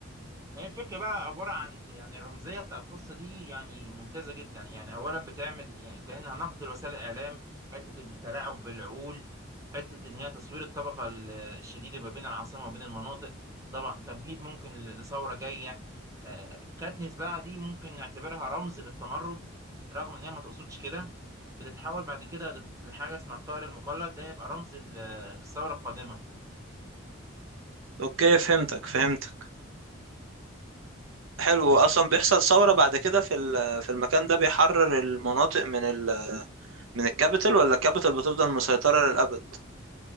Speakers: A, on the right (about 15°); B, on the right (about 85°).
A: هي الفكرة بقى عبارة عن يعني الرمزية بتاع القصة دي يعني ممتازة جدا يعني أولا بتعمل يعني كأنها نقد لوسائل الإعلام حتة التلاعب بالعقول حتة إن هي تصوير الطبقة ال- الشديدة ما بين العاصمة وبين المناطق طبعا تمهيد ممكن لثورة جاية آه، كاتنس بقى دي ممكن نعتبرها رمز للتمرد رغم إن هي ما تقصدش كده بتتحول بعد كده لحاجة اسمها الطائر المقلد ده هيبقى رمز ال- الثورة القادمة
B: اوكي فهمتك فهمتك حلو
A: آه،
B: اصلا بيحصل ثورة بعد كده في ال- في المكان ده بيحرر المناطق من ال من الكابيتال ولا الكابيتال بتفضل مسيطرة للأبد